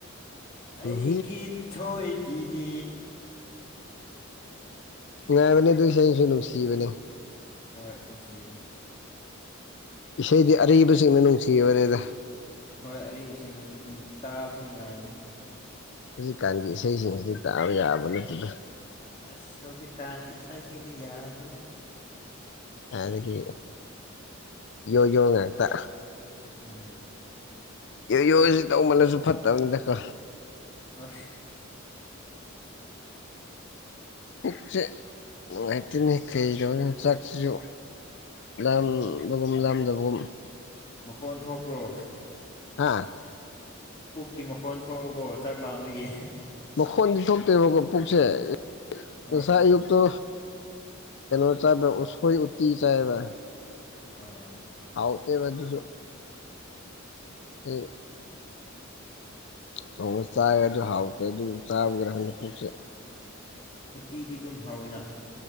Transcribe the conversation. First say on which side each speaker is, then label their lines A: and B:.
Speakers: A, on the left (about 25°); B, on the left (about 60°).
A: ꯑꯩꯒꯤ
B: ꯎꯝ
A: ꯊꯣꯏꯕꯤꯅꯤ
B: ꯉ ꯃꯅꯤ ꯗꯨꯏꯁꯁꯨ ꯅꯅꯨꯡꯁꯤꯕꯅꯦ
A: ꯍꯣꯏ ꯅꯨꯡꯁꯤꯕꯅꯦ
B: ꯏꯁꯩꯗꯤ ꯑꯔꯤꯕꯁꯤꯡꯅ ꯅꯨꯡꯁꯤ ꯋꯥꯔꯦꯗ
A: ꯍꯣꯏ ꯑꯔꯤꯕꯁꯤꯡꯅ ꯑꯗꯨꯝ ꯇꯥꯕꯁꯨ ꯅꯨꯡꯉꯥꯏꯕꯅꯦ
B: ꯍꯧꯖꯤꯛꯀꯥꯟꯒꯤ ꯏꯁꯩꯁꯤꯡ ꯍꯧꯖꯤꯛ ꯇꯥꯛꯑꯕ ꯌꯥꯑꯕ ꯅꯠꯇꯗ
A: ꯑꯁ ꯍꯧꯖꯤꯛ ꯀꯥꯟꯒꯤ ꯏꯁꯥꯁꯤꯡꯗꯤ ꯌꯥꯗ꯭ꯔꯦꯗ
B: ꯑꯗꯒꯤ ꯌꯣ ꯌꯣ ꯉꯛꯇ
A: ꯎꯝ
B: ꯌꯣꯁꯤ ꯇꯧꯕꯃꯅꯁꯨ ꯐꯠꯇꯕꯅꯤꯗꯀꯣ
A: ꯍ
B: ꯄꯨꯛ ꯆꯦ ꯅꯨꯡꯉꯥꯏꯇꯅꯤ ꯀꯩꯗꯣ ꯌ ꯆꯥꯛꯁꯤꯁꯨ ꯂꯝꯗ ꯂꯝꯗꯕꯨ
A: ꯃꯈꯣꯟ ꯊꯣꯛꯄ꯭ꯔꯣ
B: ꯍꯥ
A: ꯄꯨꯛꯀꯤ ꯃꯈꯣꯟ ꯊꯣꯛꯑꯕꯣ ꯆꯥꯛꯂꯛ ꯑꯃꯒꯤ
B: ꯍꯣꯟꯗꯤ ꯊꯣꯛꯇꯦꯕꯀꯣ ꯄꯨꯛꯁꯦ
A: ꯍꯣꯏ
B: ꯉꯁꯥꯏ ꯑꯌꯨꯛꯇꯣ ꯀꯩꯅꯣ ꯆꯥꯏꯕ ꯎꯁꯣꯏ ꯎꯇꯤ ꯆꯥꯏꯕ
A: ꯑꯝ
B: ꯍꯥꯎ ꯃ ꯑꯗꯨꯁꯨ ꯑ ꯊ ꯆꯥ ꯑꯗꯨ ꯍꯥꯎꯇ ꯑꯗꯨ ꯆꯥꯕꯒ꯭ꯔꯍ ꯄꯁꯦ
A: ꯎꯇꯤꯗꯤ ꯑꯗꯨꯝ ꯍꯧꯋꯦꯅ